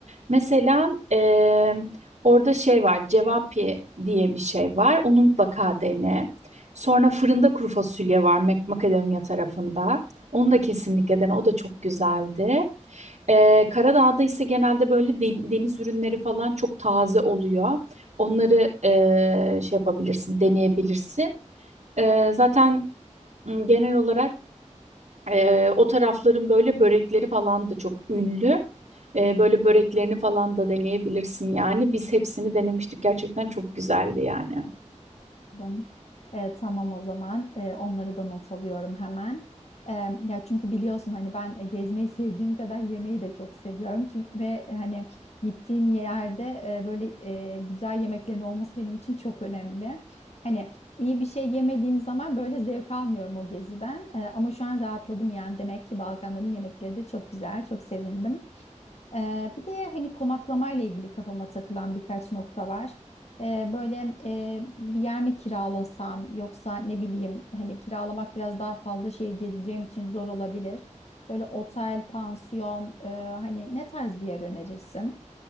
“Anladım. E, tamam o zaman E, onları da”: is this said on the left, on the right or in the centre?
Left